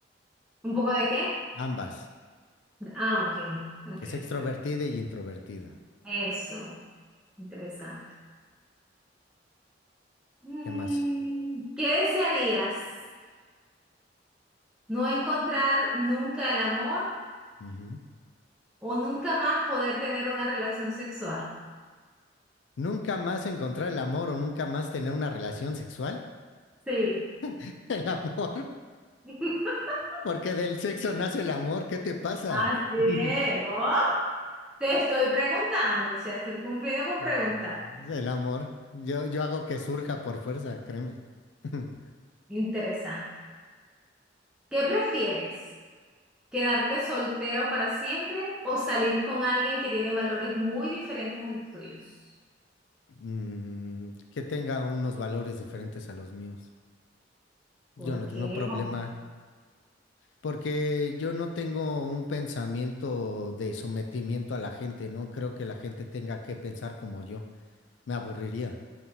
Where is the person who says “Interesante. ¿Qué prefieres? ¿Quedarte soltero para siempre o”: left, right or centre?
Centre